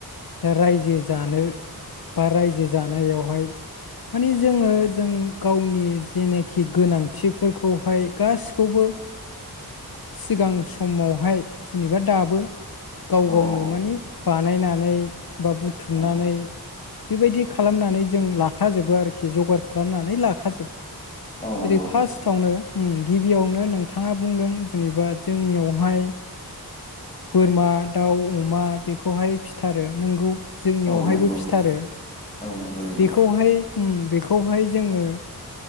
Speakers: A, on the left; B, on the left.
A: दा रायजो जानो बा रायजो जानायावहाय माने जोङो जों गावनि जेनेख खि गोनांथिफोरखौहाय गासिखौबो सिगां समावहाय जेनेबा दाबो गाव
B: औ
A: गावनो
B: औ
A: माने बानायनानै बा बुथुमनानै
B: औ
A: बेबायदि
B: औ
A: खालामनानै जों ला लाखाजोबो आरोखि जगार खालामनानै लाखा
B: औ नंगौ
A: जेरै फार्स्टआवनो गिबियावनो नोंथाङा बुंदों जेनेबा जोंनियावहाय बोरमा, दाउ, अमा बेखौहाय फिथारो नंगौ। जोंनियावहायबो
B: औ नंगौ
A: फिथारो
B: औ नंगौ नोंथां
A: बेखौहाय उम बेखौहाय जोङो